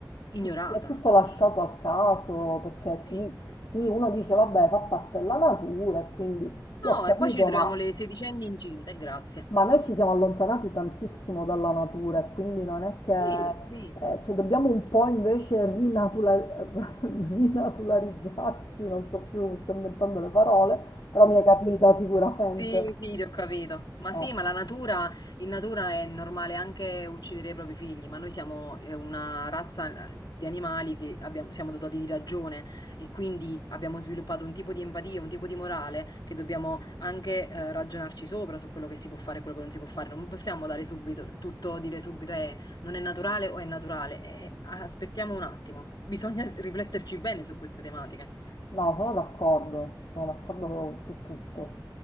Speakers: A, on the left; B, on the left.
A: ignorata.
B: sì, sì, è tutto lasciato al caso, perché sì,
A: Sì.
B: sì, uno dice, vabbè, fa parte della natura e quindi
A: No,
B: io ho capito,
A: e poi ci ritroviamo
B: ma...
A: le sedicenni incinte, grazie.
B: Ma noi ci siamo allontanati tantissimo dalla natura e quindi non è che,
A: Sì, sì.
B: eh, cioè dobbiamo un po' invece rinatula- <laughs> rinaturalizzarci, non so più, mi sto inventando le parole, però mi è capita sicuramente.
A: Sì, sì, ti ho capito. Ma sì,
B: Eh,
A: ma la natura, in natura è normale anche uccidere i propri figli, ma noi siamo eh, una razza eh, di animali che abbiamo- siamo dotati di ragione e quindi abbiamo sviluppato un tipo di empatia, un tipo di morale che dobbiamo anche eh, ragionarci sopra su quello che si può fare e quello che non si può fare. Non possiamo dare subito, tutto, dire subito eh, non è naturale o è naturale. Eh, aspettiamo un attimo, bisogna rifletterci bene su queste tematiche.
B: no, sono d'accordo, sono d'accordo su tutto.